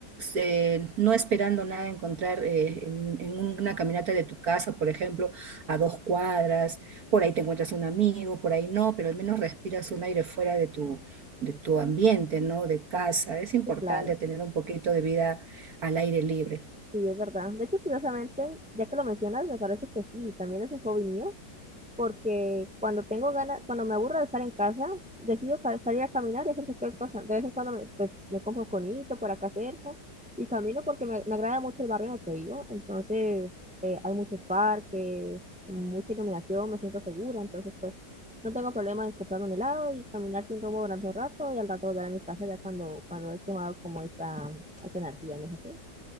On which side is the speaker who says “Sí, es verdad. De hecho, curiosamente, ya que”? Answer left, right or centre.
Centre